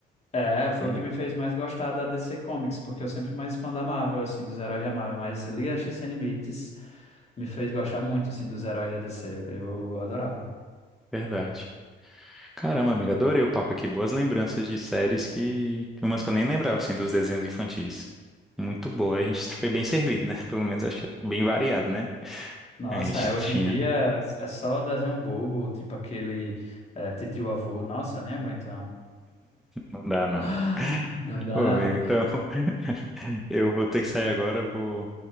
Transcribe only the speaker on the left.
é, foi
o que me fez mais gostar da DC Comics, porque eu sempre fui mais fã da Marvel assim, dos heróis da Marvel, mas Liga da Justiça Sem Limites me fez gostar muito assim dos heróis da DC, eu adorava.
Nossa,
é, hoje
em dia é só desenho bobo, tipo aquele é, Titio Avô, nossa, nem aguento não.
<laughs> Não dá,
não.